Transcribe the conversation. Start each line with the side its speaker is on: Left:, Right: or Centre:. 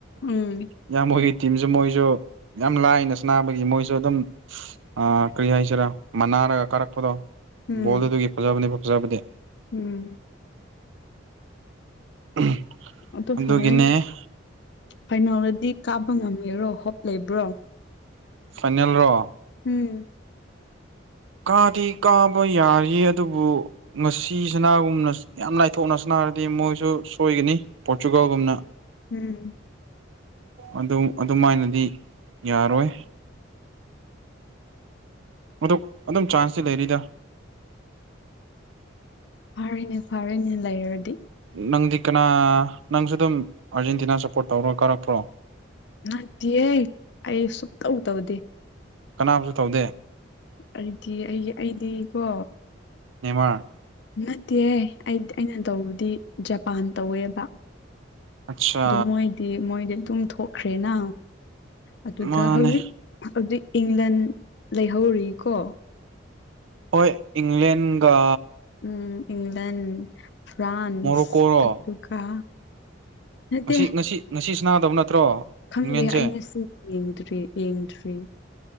Left: ꯎꯝ
Right: ꯏꯌꯥꯝꯕ ꯍꯣꯏꯒꯤ ꯇꯤꯝꯁꯨ ꯃꯣꯏꯁꯨ ꯌꯥꯝ ꯂꯥꯏꯅ ꯁꯅꯥꯕꯒꯤ ꯃꯣꯏꯁꯨ ꯑꯗꯨꯝ ꯑꯥ ꯀ꯭ꯔꯤ ꯍꯥꯏꯁꯤꯔꯥ ꯃꯅꯥꯔꯒ ꯀꯥꯔꯛꯄꯗꯣ
Left: ꯎꯝ
Right: ꯕꯣꯜꯗꯨꯗꯒꯤ ꯐꯖꯕꯅꯦ ꯐꯖꯕꯗꯤ
Left: ꯎꯝ
Right: <inaudible>
Left: ꯑꯗꯨ
Right: ꯑꯗꯨꯒꯤꯅꯦ
Left: ꯐꯔꯦꯅꯦ ꯐꯥꯏꯅꯦꯜꯗꯗꯤ ꯀꯥꯕ ꯉꯝꯒꯦꯔꯣ ꯍꯣꯞ ꯂꯩꯕ꯭ꯔꯣ
Right: ꯐꯥꯏꯅꯦꯜꯔꯣ
Left: ꯎꯝ
Right: ꯀꯥꯗꯤ ꯀꯥꯕ ꯌꯥꯔꯤ ꯑꯗꯨꯕꯨ ꯉꯁꯤ ꯁꯥꯅꯒꯨꯝꯅ ꯌꯥꯝ ꯂꯥꯏꯊꯣꯛꯅ ꯁꯥꯅꯔꯗꯤ ꯃꯣꯏꯁꯨ ꯁꯣꯏꯒꯅꯤ ꯄꯣꯔꯇꯨꯒꯜꯒꯨꯝꯅ
Left: ꯎꯝ
Right: ꯑꯗꯨꯝ ꯑꯗꯨꯃꯥꯏꯅꯗꯤ ꯌꯥꯔꯣꯏ ꯃꯗꯨ ꯑꯗꯨꯝ ꯆꯥꯟꯁꯇꯤ ꯂꯩꯔꯤꯗ
Left: ꯐꯔꯦꯅꯦ ꯐꯔꯦꯅꯦ ꯂꯩꯔꯗꯤ
Right: ꯅꯪꯗꯤ ꯀꯅꯥ ꯅꯪꯁꯨ ꯑꯗꯨꯝ ꯑꯥꯔꯖꯦꯟꯇꯤꯅꯥ ꯁꯞꯄꯣꯔꯠ ꯇꯧꯔ ꯀꯥꯔꯛꯄ꯭ꯔꯣ
Left: ꯅꯠꯇꯤꯌꯦ ꯑꯩ ꯁꯨꯛꯇꯧ ꯇꯧꯗꯦ
Right: ꯀꯅꯥꯕꯨꯁꯨ ꯇꯧꯗꯦ
Left: ꯑꯩꯗꯤ ꯑꯩꯒꯤ ꯑꯩꯗꯤꯀꯣ
Right: ꯅꯦꯃꯥꯔ
Left: ꯅꯠꯇꯦ ꯑꯩ ꯑꯩꯅ ꯇꯧꯕꯗꯤ ꯖꯄꯥꯟ ꯇꯧꯋꯦꯕ
Right: ꯑꯠꯆꯥ
Left: ꯑꯗꯨ ꯃꯣꯏꯗꯤ ꯃꯣꯏꯗꯤ ꯑꯗꯨꯝ ꯊꯣꯛꯈ꯭ꯔꯦꯅꯥ ꯑꯗꯨꯗ
Right: ꯃꯥꯅꯦ
Left: ꯍꯧꯖꯤꯛ ꯍꯧꯖꯤꯛ ꯏꯪꯂꯟ ꯂꯩꯍꯧꯔꯤꯀꯣ
Right: ꯍꯣꯏ ꯏꯪꯂꯦꯟꯒ
Left: ꯎꯝ ꯏꯪꯂꯟ ꯐ꯭ꯔꯥꯟꯁ
Right: ꯃꯣꯔꯣꯀꯣꯔꯣ
Left: ꯑꯗꯨꯒ ꯅꯠꯇꯦ
Right: ꯉꯁꯤ ꯉꯁꯤ ꯉꯁꯤ ꯁꯥꯅꯗꯕ ꯅꯠꯇ꯭ꯔꯣ
Left: ꯈꯪꯗꯦ
Right: ꯏꯪꯂꯦꯟꯁꯦ
Left: ꯑꯩ ꯉꯁꯤ ꯌꯦꯡꯗ꯭ꯔꯤ ꯌꯦꯡꯗ꯭ꯔꯤ